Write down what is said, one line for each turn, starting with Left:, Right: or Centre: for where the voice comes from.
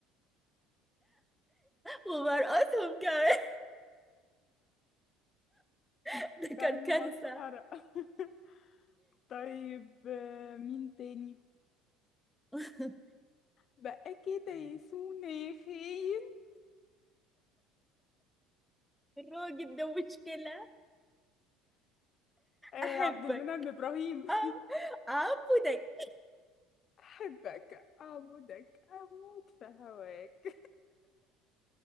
Centre: وبرقصهم كمان <laughs> ده كان
Left: كان
Centre: كارثة
Left: مسخرة <laughs> طيب آه، مين تاني
Centre: <laughs>
Left: بقى كده يا سونا يا خاين
Centre: الراجل ده مشكلة
Left: آه
Centre: احبك
Left: عبد المنعم ابراهيم
Centre: أم- اعبدك
Left: <laughs> احبك اعبدك اموت في هواك